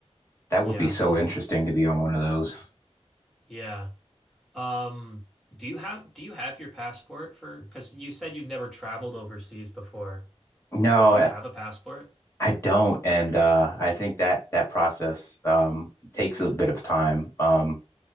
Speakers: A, on the left; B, in the centre.
A: That
B: Yeah,
A: would be so
B: so
A: interesting to be on one of those.
B: yeah. Um, do you have do you have your passport for because you said you've never traveled overseas before.
A: No,
B: So do you have a passport?
A: I don't, and uh, I think that that process um, takes a bit of time. Um,